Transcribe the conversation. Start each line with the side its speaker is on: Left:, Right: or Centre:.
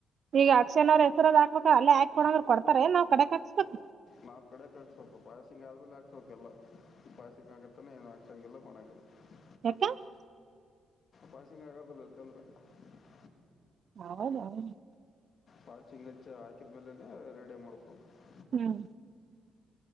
Right: ಈಗ ಅಕ್ಷಯ ಅವ್ರ ಹೆಸರದ ಹಾಕ್ಬೇಕ ಅಲ್ಲೇಾಕ್ ಕೊೋಂದ್ರರು ಕೊಡ್ತಾರೆ ನಾವ್ ಕಡೆಕ್ಕಾ ಕ್ಸ್ಬೇಕು <unintelligible>
Left: ನಾವ ಕಡೆ ಕಸ್ಬೇಕು ಪಾಸಿಂಗ್ ಆದ್ಮಲೆ ಹಾಕ್ಸ್ಬೇಕಲ್ಲಾ <unintelligible> ಪಾಸಿಂಗ್ ಆಗತಾನ ಎನ್ ಅಗ್ಸಂಗಿಲ್ಲ ಕೊನಗ್ಗಿಲ್ಲಾಹ್ <unintelligible>
Right: ಯಾಕ <unintelligible>
Left: ಪಾಸಿಂಗ್ ಆಗದಲ್ಲ ಇಕಂದ್ರ <unintelligible>
Right: ಹೌದಾ <unintelligible>
Left: ಪಾಚಿಂಗಚ್ಚ ಹಾಕಿದ್ಮೇಲೆನೆ ರೆಡಿ ಮಾಡ್ಕೋಬೇಕುಗ್ <unintelligible>
Right: ಹ್ಮ <unintelligible>